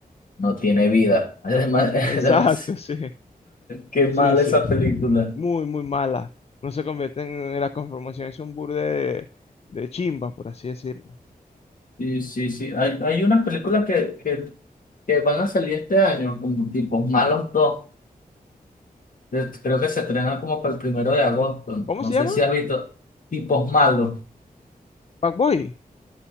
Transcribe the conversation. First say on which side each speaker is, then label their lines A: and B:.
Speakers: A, on the left (about 60°); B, on the left (about 40°).
A: no tiene vida. Además, <laughs>
B: Exacto,
A: además,
B: <laughs> sí.
A: qué
B: Sí,
A: mal
B: sí.
A: esa película.
B: Muy, muy mala. No se convierten en la conformación, es un burde de, de chimba, por así decirlo.
A: Sí, sí, sí, hay, hay unas películas que, que, que van a salir este año, como tipo Malos dos, Eh, creo que se estrenan como para el primero de agosto,
B: ¿Cómo
A: no
B: se
A: sé
B: llama?
A: si has visto, tipos malos.
B: Pac-Boy.